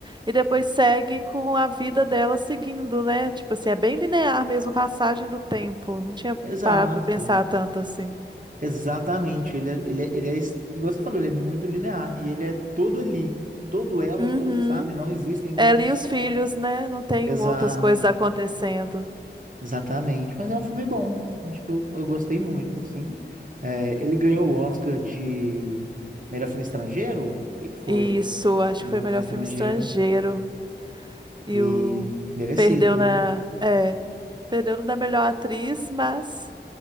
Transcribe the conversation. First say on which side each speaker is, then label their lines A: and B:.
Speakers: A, on the right (about 25°); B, on the right (about 45°).
A: e depois segue com a vida dela seguindo, né? Tipo assim, é bem linear mesmo, a passagem do tempo. Não tinha
B: Exato.
A: parado pra pensar tanto assim.
B: Exatamente. Ele é, ele é, ele é, es- igual você falou, ele é muito linear e ele é todo ali todo ela,
A: Uhum.
B: todo, sabe? Não existem
A: Ela
B: outros.
A: e os filhos, né? Não tem
B: Exato,
A: outras coisas acontecendo.
B: exatamente. Mas é um filme bom. Acho que eu, eu gostei muito, assim. É, ele ganhou o Oscar de melhor filme estrangeiro? O que que foi?
A: Isso, acho
B: Melhor
A: que foi o melhor
B: filme estrangeiro
A: filme estrangeiro. E
B: e
A: o...
B: merecido,
A: Perdeu na...
B: né?
A: É, perdeu no da melhor atriz, mas